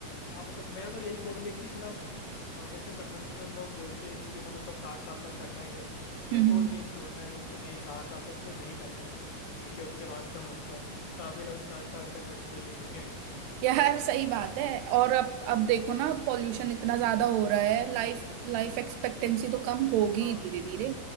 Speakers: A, on the left; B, on the right.
A: हाँ मतलब मेरा तो यही गोल है कि ना और जैसे कन्वेंशनल लोग बोलते हैं कि ना मतलब साठ साल तक करना ही है मेरे
B: हम्म
A: को वो चेंज तोड़ना है कि नहीं साठ साल तक तो नहीं करना है क्योंकि उसके बाद तो मतलब काफी लोग तो साठ साल तक बचते ही नहीं है
B: यार सही बात है और अब अब देखो ना पॉल्यूशन इतना ज्यादा हो रहा है लाइफ लाइफ एक्सपेक्टेंसी तो कम होगी
A: हाँ
B: धीरे धीरे